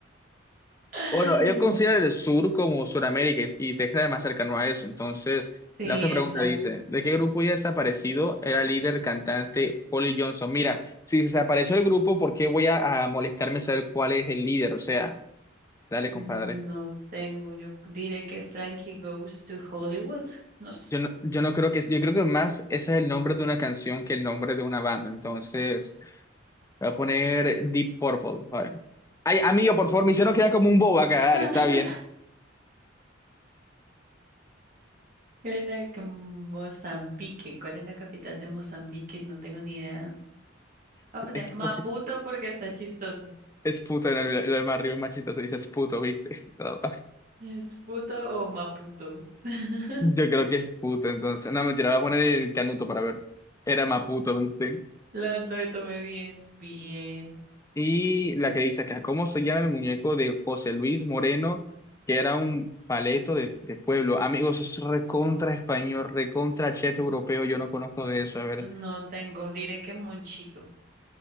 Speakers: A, on the right (about 45°); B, on the left (about 15°).
A: <laughs>
B: Bueno, ellos consideran el sur como Sudamérica y y Texas es más cercano a eso. Entonces,
A: Sí,
B: la otra pregunta
A: exacto.
B: dice, ¿de qué grupo ya desaparecido era el líder, el cantante Holly Johnson? Mira, si desapareció el grupo, ¿por qué voy a, a molestarme saber cuál es el líder? O sea, dale, compadre.
A: No tengo, yo diré que Frankie Goes to Hollywood, no sé.
B: Yo no, yo no creo que, yo creo que más ese es el nombre de una canción que el nombre de una banda. Entonces, voy a poner Deep Purple. Vale. Ay, amigo, por favor, me hicieron quedar como un bobo acá.
A: <laughs>
B: Dale, está bien.
A: Era la que Mozambique, ¿cuál es la capital de Mozambique? No tengo ni idea. Voy a poner
B: Es,
A: Maputo
B: pu-
A: porque está chistoso.
B: es puto, no, lo, lo más arriba es machito, se dice es puto, ¿viste? <laughs>
A: ¿Es puto o maputo? <laughs>
B: Yo creo que es puto, entonces. No, mentira, voy a poner el canuto para ver. Era más puto, ¿viste?
A: Lo, lo tomé bien. Bien.
B: Y la que dice acá, ¿cómo se llama el muñeco de José Luis Moreno, que era un paleto de, de pueblo? Amigos, es recontra español, recontra cheto europeo, yo no conozco de eso. A ver,
A: No tengo, diré que Monchito.